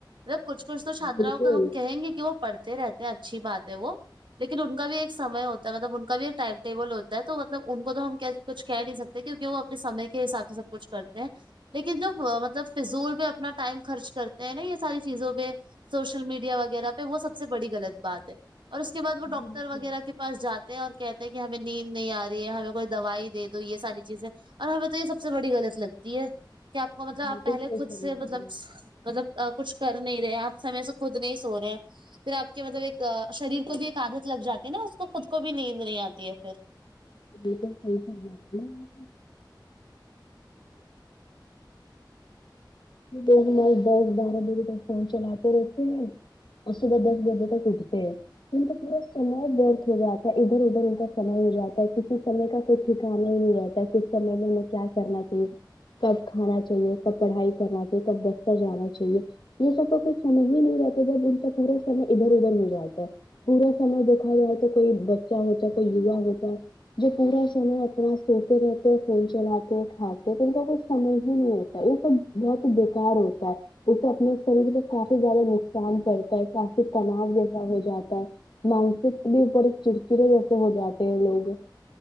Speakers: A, on the right (about 80°); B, on the left (about 70°).
A: مطلب کچھ کچھ تو چھاتروں
B: بالکل
A: کو ہم کہیں گے کہ وہ پڑھتے رہتے ہیں اچھی بات ہے وہ لیکن ان کا بھی ایک سمئے ہوتا ہے مطلب ان کا بھی ایک ٹائم ٹیبل ہوتا ہے تو مطلب ان کو تو ہم کچھ کہہ نہیں سکتے کیونکہ وہ اپنے سمے کے حساب سے سب کچھ کرتے ہیں لیکن جب مطلب فضول پہ اپنا ٹائم خرچ کرتے ہیں نا یہ ساری چیزوں پہ سوشل میڈیا وغیرہ پہ وہ سب سے بڑی غلط بات ہے اور اس کے بعد وہ ڈاکٹر
B: بالکل
A: وغیرہ کے پاس جاتے ہیں اور کہتے ہیں کہ ہمیں نیند نہیں آ رہی ہے ہمیں کوئی دوائی دے دو یہ ساری چیزیں اور ہمیں تو یہ سب سے بڑی غلط لگتی ہے کہ آپ کو مطلب
B: بالکل
A: آپ پہلے
B: صحیح
A: خود
B: فرما
A: سے مطلب
B: رہی ہیں
A: مطلب کچھ کر نہیں رہے آپ سمے سے خود نہیں سو رہے ہیں پھر آپ کہ مطلب ایک شریر کو بھی ایک عادت لگ جاتی ہے نا اس کو خود کو بھی نیند نہیں آتی ہے پھر
B: بالکل صحیح فرما رہی ہیں <unintelligible> لوگ دس بارہ بجے تک فون چلاتے رہتے ہیں اور صبح دس بجے تک اٹھتے تے ان کو پورا سمے ورت ہو جاتا ہے ادھر ادھر اد کا سمع ہو جاتا ہے نے کا کوئی ٹھکانا نہیں رہتا کس سمے میں ہمیں کیا کرنا چاہیے کب کھانا چاہیے کب پڑھائی کرنا چاہیے کب دفتر جانا چاہیے یہ سب کا کچھ سمجھ ہی نہیں جاتا جب ان کا پورا سمے ادھر ادھر ہو جاتا ہے پورا سمے دیکھا جائے تو کوئی بچہ ہوتا ہے کوئی بڑھا ہوتا ہے جو پورا سمے اپنا سوتے رہتے ہیں فون چلاتے ہیں کھاتے ہیں تو ان کا کچھ سمئے ہی نہیں ہوتا یہ سب بہت ہی بیکار ہوتا ہے اسے اپنے شریر پے کافی زیادہ نقصان پڑتا ہے کافی تناؤ جیسا ہو جاتا ہے مانسک بھی اپر چڑچڑے جیسے ہو جاتے ہیں لوگ